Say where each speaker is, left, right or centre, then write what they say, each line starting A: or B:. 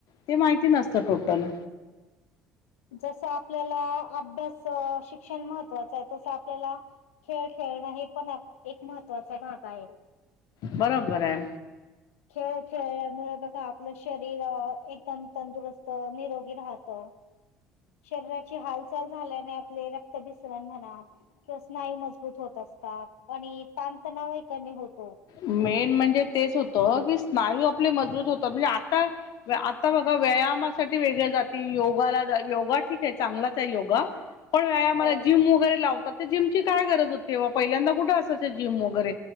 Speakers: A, on the left; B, on the left.
A: ते माहितीय नसत टोटल.
B: जसं आपल्याला अभ्यास शिक्षण महत्वाचं आहे, तसं आपल्याला खेळ खेळणं हे पण एक महत्त्वाचा भाग आहे.
A: बरोबर आहे.
B: खेळ खेळल्यामुळे बघा आपलं शरीर एकदम तंदुरुस्त निरोगी राहत. शरीराची हाल -चाल झाल्याने आपले रक्ताभिसरण म्हणा किंवा स्नायु मजबूत होतं, असतात आणि. व कमी होत <unintelligible>
A: मेन म्हणजे तेच होतं की, स्नायू आपले मजबूत होतात म्हणजे आता. आता बघा व्यायामासाठी वेगळे जातील योगाला योगा ठीक आहे, चांगलाच आहे, योगा. पण व्यायाम
B: हो
A: मला जिम वगैरे लावतो. जिमची काय गरज होते, पहिल्यांदा कुठे असायचं जिम वगैरे